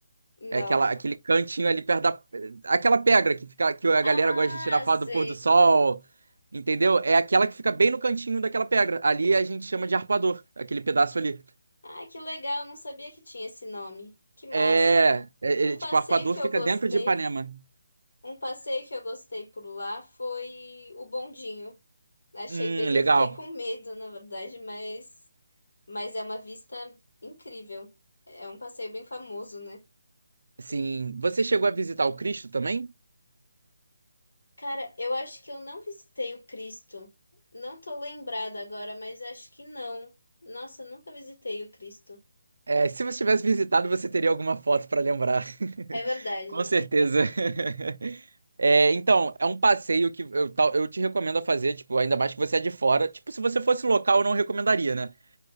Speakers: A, on the left; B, on the right.
A: Não.
B: É aquela,
A: <laughs>
B: aquele cantinho ali perto da. Aquela pedra que fica, que a
A: Ah,
B: galera gosta de tirar foto
A: sei.
B: do pôr do sol, entendeu? É aquela que fica bem no cantinho daquela pedra. Ali a gente chama de arpador, aquele pedaço ali.
A: Ah que legal, eu não sabia que tinha esse nome. Que massa.
B: É, é,
A: Um
B: é, tipo,
A: passeio
B: arpador
A: que
B: fica
A: eu gostei,
B: dentro de Ipanema.
A: um passeio que eu gostei por lá foi o bondinho. Achei
B: Hum,
A: bem,
B: legal.
A: eu fiquei com medo, na verdade, mas Mas é uma vista incrível. É um passeio bem famoso, né?
B: Assim, você chegou a visitar o Cristo também?
A: Cara, eu acho que eu não visitei o Cristo. Não tô lembrada agora, mas acho que não. Nossa, eu nunca visitei o Cristo.
B: É, se você tivesse visitado, você teria alguma foto para lembrar.
A: É verdade.
B: <laughs> Com certeza.
A: De-
B: <laughs> É, então, é um passeio que eu, tal- eu te recomendo a fazer, tipo, ainda mais que você é de fora. Tipo, se você fosse local, eu não recomendaria, né?